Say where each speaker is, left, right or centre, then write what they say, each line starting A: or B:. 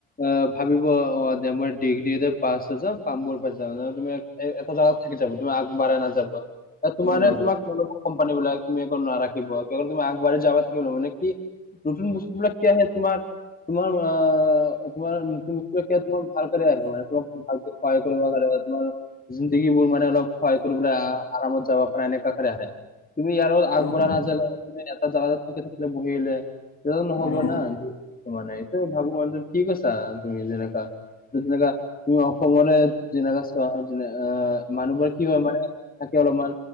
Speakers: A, on the left (about 20°); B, on the left (about 40°).
A: অ' ভাবিব অ দে মই ডিগ্ৰীত পাছ হৈ যাও পামবোৰ প যাওঁ ন <unintelligible> তুমি। এই এটা জাগগাত থাক যাব তুমি আগবাঢ়াই ন যাবা <unintelligible> তোমাৰে
B: উম
A: তোমাক মানে কোম্পানী বিলাক তুমি একো নাৰাখিব তুমি আগবাঢ় যাব থাকিব মানে। কি নতুন বস্তু বিলাক কি আহে তোমাৰ। তোমাৰ অ' তোমাৰ নতুন তোমাৰ ভালক আহে মানে তোমাক। ভালক ক্ষয় কৰিবা ঘাৰে তোমাৰ <unintelligible> জিন্দগী বোৰ মানে অলপ সহায় কৰিবলৈ আৰামত যাব পাৰে এনেক কাষৰে আহে। তুমি ইয়ো আগবঢ়া
B: উম
A: না জালে তুমি এটা জাগাতে থাকে থাকিলে বহিলে <unintelligible> সেইটোতো নহ'ব
B: উম
A: না। মানে ত ভাবো মান ঠিক আৈছা তুমি যেনেকা যেনেকা <unintelligible> তুমি অসমৰে যেনেকা চোৱা। অ' মানুহবোৰে কি হয় মানে থাকে অলপমান।